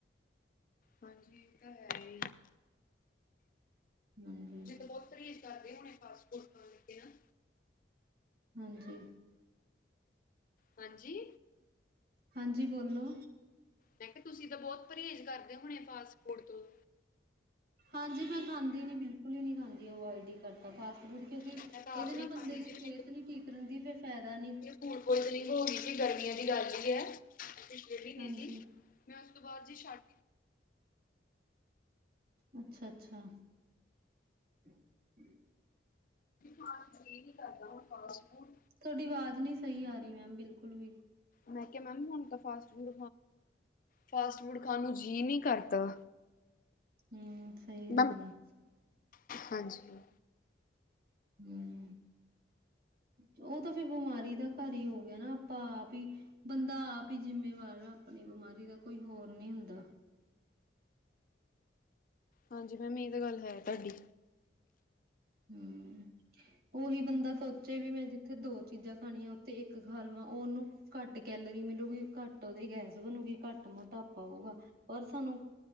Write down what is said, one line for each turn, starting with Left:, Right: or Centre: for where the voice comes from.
Left: ਹਾਂਜੀ ਇਹ ਤਾਂ ਹੈ ਹੀ
Right: ਹਾਂਜੀ,
Left: ਜਦ ਬਹੁਤ ਤਰੀ। ਕਰਦੇ ਹੋਣੇ ਫਾਸਟ ਫੂਡ ਖਾਣ ਲੱਗਿਆ।
Right: ਹਾਂਜੀ।
Left: ਹਾਂਜੀ।
Right: ਹਾਂਜੀ, ਬੋਲੋ।
Left: ਮੈਂ ਕਿਹਾ ਤੁਸੀਂ ਤਾਂ ਬਹੁਤ ਪਰਹੇਜ਼ ਕਰਦੇ ਹੋਣੇ ਫਾਸਟ ਫੂਡ ਤੋਂ,
Right: ਹਾਂਜੀ, ਮੈਂ ਖਾਂਦੀ ਨੀ ਬਿਲਕੁਲ ਹੀ ਨਹੀਂ ਖਾਂਦੀ ਅਵਇਡ ਹੀ ਕਰਦਾ ਫਾਸਟ ਫੂਡ ਕਿਉਂਕਿ
Left: ਮੈਂ ਤਾਂ
Right: ਇਹਦੇ
Left: ਆਪ
Right: ਨਾਲ
Left: ਨੀ ਖਾਂਦੀ
Right: ਬੰਦੇ
Left: ਜੀ
Right: ਦੀ
Left: ਮੈਂ
Right: ਸਿਹਤ ਨਹੀਂ ਠੀਕ ਰਹਿੰਦੀ ਫਿਰ ਫ਼ਾਇਦਾ ਨਹੀਂ।
Left: ਹੁਣ ਕੋਈ ਤਕਲੀਫ਼ ਹੋ ਗਈ ਸੀ ਗਰਮੀਆਂ ਦੀ ਗੱਲ ਹੀ ਹੈ। ਪਿਛਲੇ ਮਹੀਨੇ
Right: ਹਾਂਜੀ
Left: ਦੀ, ਮੈਂ ਉਸ ਤੋਂ ਬਾਅਦ ਜੀ ਛੱਡ,
Right: ਅੱਛਾ-ਅੱਛਾ। <unintelligible>
Left: ਹਾਂ, ਇਹ ਨ ਕਰਦਾ ਹੁਣ ਫ
Right: ਤੁਹਾਡੀ ਆਵਾਜ਼ ਨਹੀਂ ਸਹੀ ਆ ਰਹੀ ਮੈਮ ਬਿਲਕੁਲ ਵੀ,
Left: ਮੈਂ ਕਿਹਾ ਮੈਮ ਹੁਣ ਤਾਂ ਫਾਸਟ ਫੂਡ ਫਾਸਟ ਫੂਡ ਖਾਣ ਨੂੰ ਜੀਅ ਨਹੀਂ ਕਰਦਾ
Right: ਹੂੰ, ਸਹੀ ਗੱਲ
Left: ਮੈਮ
Right: ਆ।
Left: ਹਾਂਜੀ।
Right: ਹੂੰ, ਉਹ ਤਾਂ ਫਿਰ ਬਿਮਾਰੀ ਦਾ ਘਰ ਹੀ ਹੋ ਗਿਆ ਨਾ ਆਪਾਂ ਆਪ ਹੀ, ਬੰਦਾ ਆਪ ਹੀ ਜਿੰਮੇਵਾਰ ਆਪਣੀ ਬਿਮਾਰੀ ਦਾ ਕੋਈ ਹੋਰ ਨਹੀਂ ਹੁੰਦਾ।
Left: ਹਾਂਜੀ ਮੈਮ, ਇਹ ਤਾਂ ਗੱਲ ਹੈ ਤੁਹਾਡੀ,
Right: ਹੂੰ, ਉਹੀ ਬੰਦਾ ਸੋਚੇ ਵੀ ਮੈਂ ਜਿੱਥੇ ਦੋ ਚੀਜ਼ਾਂ ਖਾਣੀਆਂ ਉੱਥੇ ਇੱਕ ਖਾ ਲਵਾਂ ਉਹਨੂੰ। ਘੱਟ ਕੈਲਰੀ ਮਿਲੂਗੀ ਘੱਟ ਉਹਦੇ ਗੈਸ ਬਣੂਗੀ ਘੱਟ ਮੋਟਾਪਾ ਆਉਗਾ ਪਰ ਸਾਨੂੰ